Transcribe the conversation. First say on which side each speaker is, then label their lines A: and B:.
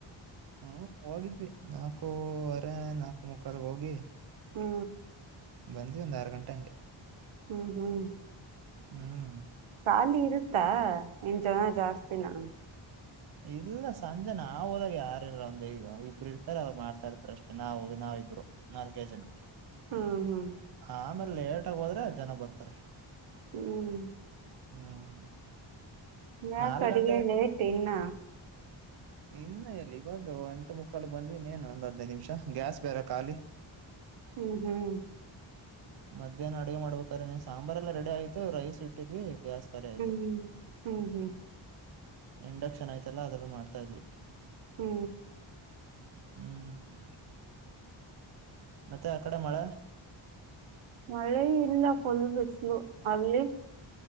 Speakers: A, on the right; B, on the right.
A: ಹ್ಮ ಹೋಗಿದ್ವಿ ನಾಲ್ಕೂವರೆ ನಾಲ್ಕು ಮುಕ್ಕಾಲ್ಗ ಹೋಗಿ
B: ಹ್ಞ
A: ಬಂದು ಒಂದು ಆರು ಗಂಟೆ ಹಂಗೆ
B: ಹ್ಮ್ ಹ್ಮ್
A: ಹ್ಮ್
B: ಖಾಲಿ ಇರುತ್ತಾ ಎಂ ಜನ ಜಾಸ್ತಿ ನಾ
A: ಇಲ್ಲ ಸಂಜೆ ನಾವ ಹೋದಾಗ ಯಾರಲ್ಲ ಒಂದ್ಯ ಇಬ್ರು ಇರ್ತಾರೆ ಅವ್ರು ಮಾಡ್ತಾ ಇರ್ತಾರ ಅಷ್ಟೇ ನಾವುವಿ ನಾವಿಬ್ರು ನಾಲ್ಕೇ ಜನ
B: ಹ್ಮ್ ಹ್ಮ್
A: ಆಮೇಲೆ ಲೇಟ್ ಆಗ ಹೋದ್ರೆ ಜನ ಬರ್ತಾರೆ
B: ಹ್ಮ್
A: ಹ್ಮ್
B: ನಾ
A: ನಾಲ್ಕ್
B: ಕಡಗೆಲ್ಲ
A: ಗಂಟೆ
B: ಇತು ಇನ್ನ
A: ಇನ್ನ ಎಲ್ಲಿ ಇವಾಗ ಒಂಟು ಮುಕ್ಕಾಲು ಬಂದ್ ಇನ್ ನ್ ಒಂದ್ ಹದ್ನೈದು ನಿಮಿಷ ಗ್ಯಾಸ್ ಬೇರೆ ಖಾಲಿ
B: ಹ್ಮ್ ಹ್ಮ್
A: ಮಧ್ಯಾಹ್ನ ಅಡಗೆ ಮಾಡಬೇಕಾರೆ್ರ ನೀ ಸಾಂಬಾರ ಎಲ್ಲ ರೆಡಿ ಆಯ್ತು ರೈಸ್ ಇಟ್ಟು ವಿ ಗ್ಯಾಸ್ ಕರಿ ಆಯ್ತ
B: ಹ್ಮ್ ಹ್ಮ್ ಹ್ಮ್
A: ಇಂಡಕ್ಷನ್ ಯ್ತಲ್ಲಾ ಅದಲ್ಲ ಮಾಡ್ತಾ ಇದ್ವಿ
B: ಹು
A: ಹ್ಮ್ ಮತ್ತೆ ಆ ಕಡೆ ಮಳ
B: ಮಳೆ ಇಲ್ಲ ಫುಲ್ ಬಿಸಲು ಅಲ್ಲಿ